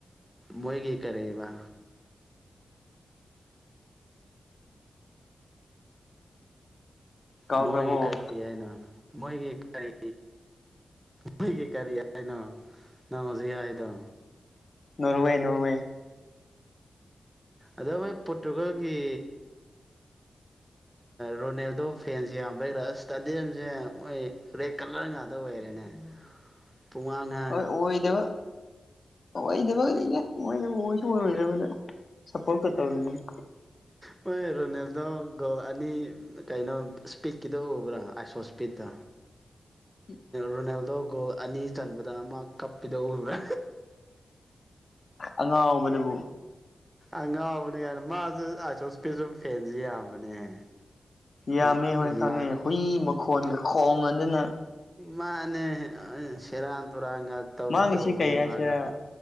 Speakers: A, in the centre; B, on the left (about 45°).
A: ꯃꯣꯏꯒꯤ ꯀꯔꯛꯑꯕ
B: ꯀꯥꯎꯈ꯭ꯔꯕꯣ
A: ꯃꯣꯏꯒꯤ ꯀꯔꯤ ꯍꯥꯏꯅꯣ ꯃꯣꯏꯒꯤ ꯀꯔꯤ ꯃꯣꯏꯒꯤ ꯀꯔꯤ ꯍꯥꯏꯅꯣ ꯅꯪ ꯍꯧꯖꯤꯛ ꯍꯥꯏꯗꯣ
B: ꯅꯣꯔꯋꯦ ꯅꯣꯔꯋꯦ
A: ꯑꯗ ꯃꯣꯏ ꯄꯣꯔꯇꯨꯒꯜꯒꯤ ꯔꯣꯅꯦꯜꯗꯣ ꯐꯦꯟꯁ ꯌꯥꯝꯕꯩꯔꯥ ꯏꯁꯇꯥꯗꯤꯌꯝꯁꯦ ꯃꯣꯏ ꯑꯗꯩ ꯀꯂꯔ ꯉꯥꯗ ꯑꯣꯏꯔꯦꯅꯦ
B: <inaudible>
A: ꯇꯣꯉꯥꯡꯟꯅ
B: ꯍꯣꯏ ꯑꯣꯏꯗꯕ ꯑꯣꯏꯗꯕꯅꯤꯗ ꯑꯣꯏꯗꯕ ꯑꯣꯏꯁꯨ ꯑꯣꯏꯔꯣꯏꯗꯕꯗ ꯁꯄꯣꯔꯠꯀꯥ ꯇꯧꯔꯤꯌꯦ
A: ꯍꯣꯏ ꯔꯣꯅꯥꯜꯗꯣ ꯒꯣꯜ ꯑꯅꯤ ꯀꯩꯅꯣ ꯏꯁꯄꯤꯛꯀꯤꯗꯣ ꯎꯕ꯭ꯔꯥ ꯑꯥꯏꯁꯣ ꯏꯁꯄꯤꯛꯇ
B: <inaudible>
A: ꯔꯣꯅꯥꯜꯗꯣ ꯒꯣꯜ ꯑꯅꯤ ꯆꯟꯕꯗ ꯃꯥ ꯀꯞꯄꯤꯗꯣ ꯎꯕ꯭ꯔꯥ
B: ꯑꯉꯥꯎꯕꯗꯨꯕꯨ
A: ꯑ ꯉꯥꯎꯕꯅꯦ ꯀꯥꯏꯅ ꯃꯥꯁꯨ ꯑꯥꯏꯁꯣꯁꯄꯤꯁꯨ ꯐꯦꯟꯁꯦ ꯌꯥꯝꯕꯅꯦꯍꯦ
B: ꯌꯥꯝꯃꯦ
A: ꯑ ꯂꯥꯏ
B: ꯍꯣꯏ ꯈꯪꯉꯦ ꯍꯨꯏ ꯃꯈꯣꯟꯒ ꯈꯣꯡꯉꯗꯅ
A: ꯃꯥꯅꯦ ꯁꯦꯔꯥꯟ ꯇꯨꯔꯥꯟꯒ ꯇꯧꯗꯤ
B: ꯃꯥꯒꯤꯁꯤ
A: ꯇꯧꯕꯅꯦ
B: ꯀꯩ ꯍꯥꯏꯁꯤꯔꯥ
A: ꯃꯥꯅ